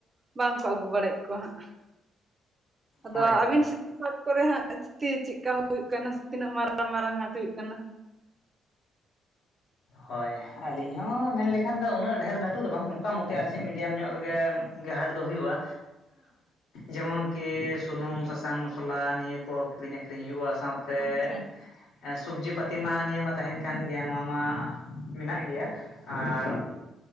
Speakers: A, on the right (about 30°); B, on the left (about 85°).
A: ᱵᱟᱝ ᱠᱚ ᱟᱹᱜᱩ ᱵᱟᱲᱟᱭᱮᱫ ᱠᱚᱣᱟ ᱦᱟᱸᱜ᱾ ᱟᱫᱚ
B: ᱦᱳᱭ ᱦᱳᱭ
A: ᱟᱹᱵᱤᱱ
B: ᱦᱳᱭ
A: ᱥᱮᱫ ᱦᱟᱴ ᱠᱚᱨᱮ ᱦᱟᱸᱜ ᱪᱤᱛᱤ ᱪᱮᱫᱠᱟ ᱦᱩᱭᱩᱜ ᱠᱟᱱᱟ ᱛᱤᱱᱟᱹᱜ ᱢᱟᱨᱟᱝ ᱢᱟᱨᱟᱝ ᱦᱟᱴ ᱦᱩᱭᱩᱜ ᱠᱟᱱᱟ?
B: ᱦᱳᱭ ᱟᱹᱞᱤᱧ ᱦᱚ ᱢᱮᱱᱞᱠᱷᱟᱱ ᱫᱚ ᱩᱱᱟᱹᱜ ᱰᱷᱮᱨ ᱞᱟᱹᱴᱩ ᱫᱚ ᱵᱟᱝ ᱢᱚᱴᱟ-ᱢᱩᱴᱤ ᱟᱨ ᱪᱮᱫ ᱢᱤᱰᱤᱭᱟᱢ ᱧᱚᱜ ᱨᱮᱜᱮ ᱜᱮ ᱦᱟᱴ ᱫᱚ ᱦᱩᱭᱩᱜᱼᱟ, ᱡᱮᱢᱚᱱ ᱠᱤ ᱥᱩᱱᱩᱢ ᱥᱟᱥᱟᱝ ᱢᱚᱥᱞᱟ ᱱᱤᱭᱟᱹ ᱠᱚ ᱠᱤᱨᱤᱧ ᱟᱹᱠᱷᱨᱤᱧ ᱦᱩᱭᱩᱜᱼᱟ ᱥᱟᱶᱛᱮ
A: ᱟᱪᱪᱷᱟ
B: ᱮᱸ ᱥᱚᱵᱡᱤ ᱯᱟᱹᱛᱤ ᱢᱟ ᱱᱤᱭᱟᱹ ᱢᱟ ᱛᱟᱦᱮᱸᱱ ᱠᱟᱱ ᱜᱮᱭᱟ ᱱᱚᱣᱟ ᱢᱟ ᱢᱮᱱᱟᱜ ᱜᱮᱭᱟ᱾ ᱟᱨ